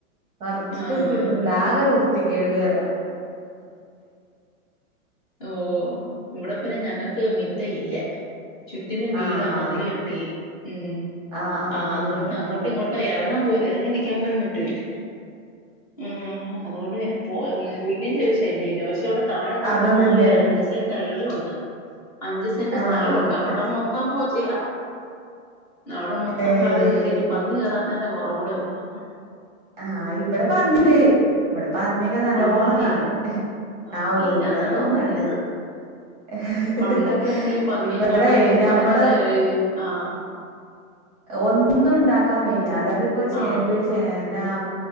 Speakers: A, on the right (about 15°); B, on the left (about 25°).
A: പറച്ചിട്ട്
B: ആഹ്
A: ങ്ങട്ട് കിട്ടണില്ല ആകെ വൃത്തികേട് റയ
B: ഓ ഇവിടെ പിന്നെ ഞങ്ങക്ക് മിത്തയി ല്ല ചുറ്റിനും വീടാ
A: ആഹ്
B: മതില് കെട്ടി ഉം
A: ആഹ് ആഹ്
B: ആ അതുകൊണ്ട്
A: ആഹ്
B: അങ്ങോട്ടും
A: ആഹ്
B: ഇങ്ങോട്ടും എറങ്ങാൻ പോലും ഇറങ്ങി നിക്കാൻ പോലും മുറ്റവില്ല ആഹ് അത് കൊണ്ട് തന്നെ പോ പു പുല്ലിന്റെ ശ് <unintelligible> പക്ഷെ ഇവിടെ താഴെ കുറച്ച്
A: അതൊന്നും
B: മാറി
A: ഇല്ലല്ലേ
B: അഞ്ചു സെന്റ് അയ്യോംഉണ്ട്. അഞ്ചു സെന്റ് സ്ഥലവുണ്ട്
A: ആഹ്
B: അവിടെ മൊത്തം പോച്ചെ അവിടെ മൊത്തം
A: ഏഹ്
B: കാട് കേറി ഇനി പന്നികേറാത്തേന്റെ കുറവ് കൂടെ ഒള്ളു.
A: ആഹ് ഇവിടെ പന്നിണ്ട് ഇവിടെ പന്നിയൊക്കെ നല്ലോണാണ്.
B: ഉണ്ടല്ലേ ആഹ്
A: ഔ
B: ഇല്ലാത്തടൊന്നും
A: നല്ലോണാണ്.
B: ഇല്ലത്
A: ഹി ഹി
B: പണ്ടൊക്കെ
A: ഹി
B: ആണെങ്കി പന്നിയെ
A: ഇവിടെ
B: കാണാൻ എല്ലാരും
A: ഞമ്മള്
B: പറയുന്നേക്കാ ഏയ് ആഹ്
A: ഒന്നും ഇണ്ടാക്കാൻ വയ് അത്പ്പോ ചേമ്പ്
B: ആഹ്
A: ചേന ആ